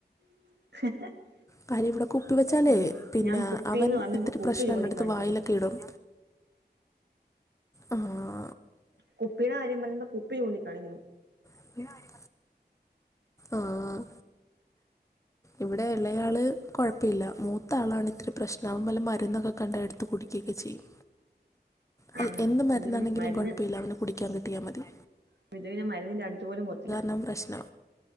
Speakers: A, on the right; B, on the left.
A: <unintelligible>
B: കാര്യം ഇവിടെ കുപ്പി വെച്ചാലേ
A: ഉം
B: പിന്ന
A: ഞാൻ കുപ്പീന്ന്
B: അവൻ
A: പറഞ്ഞപ്പോ
B: ഇത്തിരി
A: കുപ്പി
B: പ്രശ്നം
A: ചൂണ്ടിക്കാണിക്കുന്നു
B: ആണ് എടുത്ത് വായിലൊക്കെ ഇടും ആഹ്
A: കുപ്പിടെ കാര്യം പറഞ്ഞപ്പ കുപ്പി ചൂണ്ടിക്കാണിക്കുന്ന്
B: <unintelligible> ആഹ് ഇവിടെ എളയാള് കൊയപ്പല്ല മൂത്ത ആളാണ് ഇത്തിരി പ്രശ്നം അവൻ വല്ല മര്ന്നൊക്കെ കൊണ്ടേ എടുത്ത് കുടിക്കും ക്കെ ചെയ്യും അത്
A: ആഹ്
B: എന്ത് മര്ന്നാണെങ്കിലും
A: ഇത് പിന്നെ മരുന്ന്
B: കുഴപ്പല്ല അവന് കുടിക്കാൻ കിട്ടിയാൽ മതി
A: ഇത് പിന്നെ മരുന്ന്ന്റെ അടുത്ത് പോലും പോവത്തില്ല
B: അതും പ്രശ്നാ